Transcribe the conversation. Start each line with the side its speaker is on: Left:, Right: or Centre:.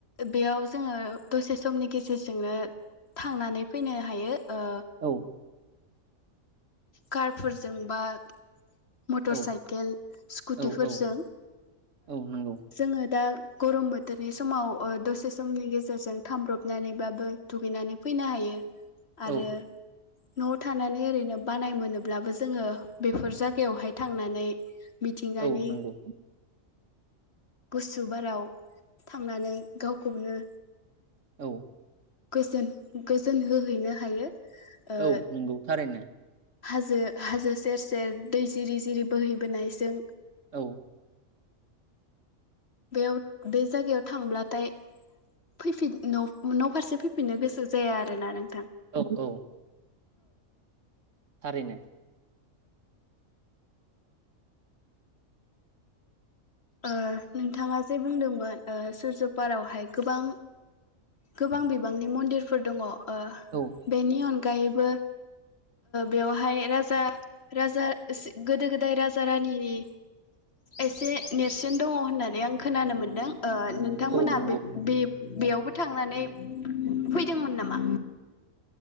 Left: बेयाव जोङो दसे समनि गेजेरजोंनो थांनानै फैनो हायो। ओ।
Right: औ
Left: खारब। फोरजों बा मटर
Right: औ
Left: साइकेल स्कुटिफोरजों
Right: औ औ औ नंगौ
Left: जोङो दा। गरम बोथोरनि समाव दसे समनि गेजेरजों थामब्रबनानैबाबो दुगैनानै फैनो हायो। आरो।
Right: औ
Left: न'आव थानानै ओरैनो। बानाय मोनोब्लाबो जोङो बेफोर जायगायावहाय थांनानै। मिथिंगानि
Right: औ नंगौ।
Left: गुसु बाराव थांनानै गावखौनो।
Right: औ।
Left: गोजोन गोजोन होहैनो हायो। ओ
Right: औ नंगौ थारैनो।
Left: हाजो हाजो सेर सेर दै जिरि जिरि बोहैबोनायजों।
Right: औ।
Left: बेयाव बे जायगायाव थांब्लाथाय फैफिन न' फारसे। फैफिननो गोसो जाया आरोना नों।
Right: औ औ। थारैनो।
Left: ओ नोंथाङा जे बुंदोंमोन ओ सुजुपारायावहाय गोबां गोबां बिबांनि मन्दिरफोर दङ। ओ
Right: औ
Left: बेनि अन। अगायैबो बेवहाय राजा राजा गोदो गोदाय राजा रानिनि एसे। नेरसोन दङ होननानै आं खोनानो मोन्दों। नोंथांमोना
Right: औ नंगौ
Left: बे बे बेयावबो थांनानै। फैदोंमोन नामा।